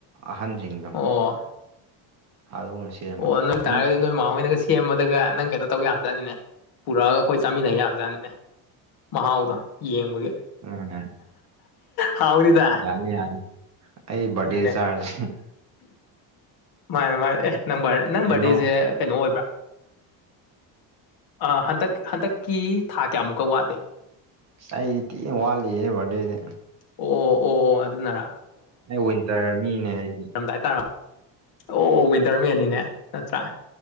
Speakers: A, on the right; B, on the left.
A: ꯑꯍꯟꯖꯤꯡ
B: ꯑꯣ
A: <unintelligible>
B: ꯑꯣ <unintelligible>
A: ꯀꯩꯅꯣ
B: ꯇꯥꯏ ꯅꯣꯏꯃ ꯍꯣꯏꯅꯒ ꯁꯦꯝꯃꯗꯒ ꯅꯪ ꯀꯩꯅꯣ ꯇꯧ ꯌꯥꯕꯖꯥꯠꯅꯤꯅꯦ ꯄꯨꯔꯛꯑꯒ ꯑꯈꯣꯏ ꯆꯥꯃꯤꯟꯅ ꯌꯥꯕꯖꯥꯠꯅꯤꯅꯦ ꯃꯍꯥꯥꯎꯗꯣ ꯌꯦꯡꯕꯒꯤ
A: ꯎꯝ
B: ꯍꯥꯎꯅꯤꯗ
A: ꯌꯥꯅꯤ ꯌꯥꯅꯤ ꯑꯩ ꯕꯥꯔꯗꯦ
B: ꯑꯗꯨꯅꯦ
A: ꯆꯥꯔꯁꯤ
B: ꯃꯥꯟꯅꯦ ꯃꯥꯟꯅꯦ ꯑꯦ ꯅꯪ ꯕꯥꯔ ꯅꯪ
A: ꯀꯩꯅꯣ
B: ꯕꯥꯔꯗꯦꯖꯦ ꯀꯩꯅꯣ ꯑꯣꯏꯕ꯭ꯔꯥ ꯑꯥ ꯍꯟꯇꯛ ꯍꯟꯇꯛꯀꯤ ꯊꯥ ꯀꯌꯥꯃꯨꯛꯀ ꯋꯥꯠꯂꯤ
A: ꯑꯩꯗꯤ ꯊꯤꯟꯅ ꯋꯥꯠꯂꯤꯌꯦ ꯕꯥꯔꯗꯦꯗꯤ
B: ꯑꯣ ꯑꯣ ꯑꯣ ꯑꯗꯨꯅꯔꯥ
A: ꯑꯩ ꯋꯤꯟꯇꯔ ꯃꯤꯅꯦꯍꯦ
B: <unintelligible> ꯑꯣ ꯋꯤꯟꯇꯔ ꯃꯦꯟꯅꯤꯅꯦ ꯅꯠꯇ꯭ꯔꯥ